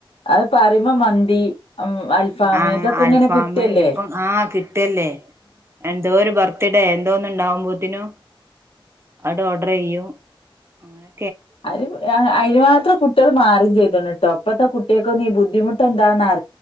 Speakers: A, on the left; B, on the right.
A: അത് പറയുമ്പോ മന്തി ഉം അൽഫാം
B: ആ
A: ഇതൊക്കെ
B: ആൽഫാമ്
A: ഇങ്ങനെ കിട്ടല്ലേ
B: ഇപ്പം ആ കിട്ട്ല്ലേ എന്തോ ഒരു ബർത്ത്ഡേ എന്തോന്ന് ഉണ്ടാവുമ്പത്തിനും അട് ഓർഡറ്യ്യും അങ്ങനെ
A: അത് അതിന് മാത്രം കുട്ടികള് മാറും ചെയ്തണ്ണ്ട്ടോ പ്പത്തെ കുട്ടിയക്കൊന്നും ഈ ബുദ്ധിമുട്ട് എന്താന്ന് അ